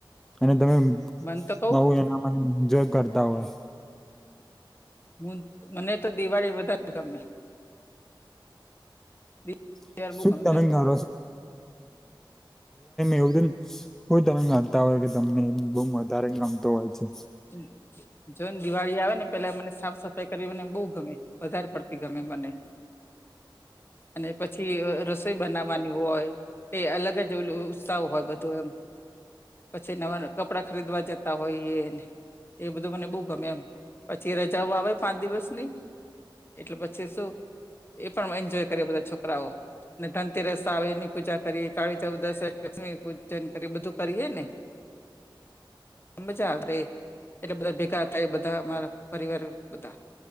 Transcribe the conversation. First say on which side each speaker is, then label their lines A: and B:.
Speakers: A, in the centre; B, on the left.
A: અને તમે. <unintelligible>
B: મને તો કવ
A: કરતા હોય.
B: <unintelligible> મને તો દિવાળી વધારે ગમે. દિવાળ
A: <inaudible>
B: બહુ
A: દિવાળીમાં
B: ગમે મને.
A: એવુંને તમે કરતા હોય કે તમને બઉ વધારે ગમતો હોય છે.
B: હમ. જો ને દિવાળી આવે ને પેલા મને સાફ સફાઈ કરવી મને બહુ ગમે વધારે પડતી ગમે મને. અને પછી રસોઈ બનાવવાની હોય- એ અલગ જ ઉત્સાહ હોય બધું એમ- પછી નવા કપડાં ખરીદવા જતા હોઈએ- એ બધું મને બહુ ગમે એમ પછી રજાઓ આવે પાંચ દિવસની- એટલે પછી શું એ પણ એન્જોય કરે બધા છોકરાઓ- ને ધનતેરસ આવે એની પૂજા કરી કાળી ચૌદસ લક્ષ્મી પૂજન કરી બધું કરીએે ને- મજા આવે ર એટલે બધા ભેગા થાય બધા અમારા પરિવાર બધા-